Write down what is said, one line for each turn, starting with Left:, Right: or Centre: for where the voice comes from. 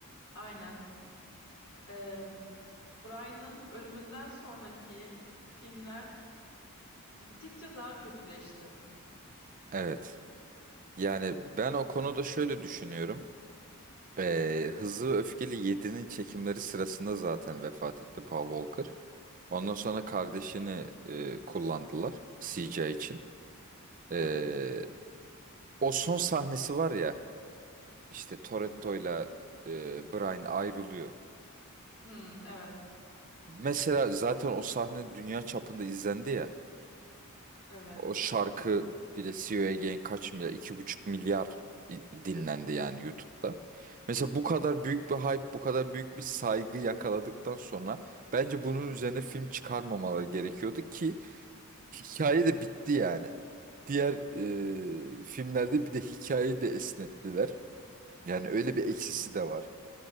Left: Aynen. Ee, Brian'ın ölümünden sonraki filmler gittikçe daha kötüleşti.
Right: Evet. Yani ben o konuda şöyle düşünüyorum. Ee, Hızlı ve Öfkeli 7'nin çekimleri sırasında zaten vefat etti Paul Walker. Ondan sonra kardeşini e, kullandılar CJ için.
Left: Evet.
Right: Ee, o son sahnesi var ya işte Toretto'yla e, Brian ayrılıyor.
Left: Hmm, evet.
Right: Mesela zaten o sahne dünya çapında izlendi ya.
Left: Evet.
Right: O şarkı bile CEO Again kaç milyar? iki buçuk milyar i- dinlendi yani YouTube'da. Mesela bu kadar büyük bir hype, bu kadar büyük bir saygı yakaladıktan sonra bence bunun üzerine film çıkarmamaları gerekiyordu ki hikaye de bitti yani. Diğer e, filmlerde bir de hikayeyi de esnettiler. Yani öyle bir eksisi de var.